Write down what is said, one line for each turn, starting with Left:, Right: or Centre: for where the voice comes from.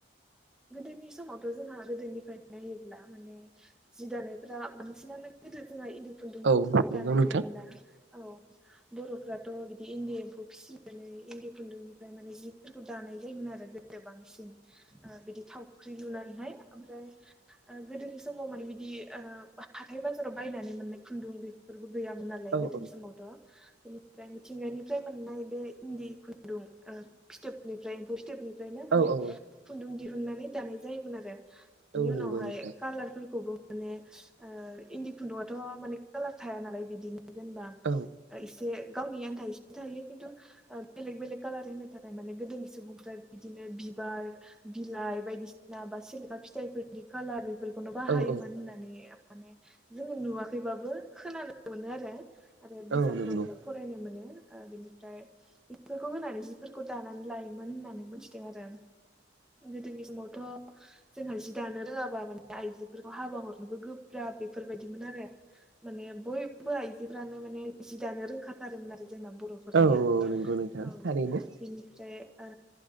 Centre: गोदोनि समावथ' जोंहा गोदोनिफ्रायनो नायोब्ला माने जि दानायफ्रा बांसिनानो गोदो जोंहा इन्दि खुन्दुंफोरजोंसो
Right: औ नंगौ
Centre: दानाय
Right: नोंथां।
Centre: नुयोमोना औ बर'फ्राथ' इन्दि एम्फौ फिसिनानै इन्दि खुन्दुंनिफ्राय माने जिफोरखौ दानाय जायोमोन आरो गोदो बांसिन। बिदि थावख्रि लुनायहाय ओमफ्राय गोदोनि समाव माने बिदि। हाथाय बाजाराव बायनानै मोननाय खुन्दुं बेफोरबो गैयामोन नालाय
Right: औ
Centre: गोदोनि
Right: औ
Centre: समावथ' बेनिफ्राय मिथिंगानिफ्राय मोननाय बे इन्दि खुन्दुं फिथोबनिफ्राय एम्फौ फिथोबनिफ्रायनो माने
Right: औ औ
Centre: खुन्दुं दिहुननानै दानाय जायोमोन आरो। बेनि
Right: औ
Centre: उनावहाय
Right: नंगौ नोंथां
Centre: कालारफोरखौबो माने इन्दि खुन्दुंआथ' माने कालार थाया नालाय बिदिनो। जेनबा
Right: औ
Centre: एसे गावनि आनथा। थायो खिन्थु बेलेग बेलेग कालार होनो थाखाय माने गोदोनि सुबुंफ्रा बिदिनो बिबार बिलाइ बायदिसिना बा सिलेखा फिथाइफोरनि खाालार बेफोरखौनो बाहायोमोन
Right: औ औ
Centre: होननानै माने जोंङो नुवाखैबाबो खोनानो मोनो आरो आरो बिजाबफोरावबो
Right: औ नंगौ
Centre: फरायनो मोनो बिनिफ्राय बेफोरखौ होनानै जिफोरखौ दानानै लायोमोन होननानै मोनथिदों आरो गोदोनि समावथ' जोंहा जि दानो रोङाबा माने आइजोफोरखौ हाबा हरनोबो गोब्राब बेफोरबायदिमोन आरो माने बयबो आइजोफ्रानो माने जि दानो रोंखाथारोमोन आरो जोंना बर'फोरनिया
Right: औ औ नंगौ नोंथां
Centre: औ
Right: थारैनो
Centre: बेनिफ्राय ओ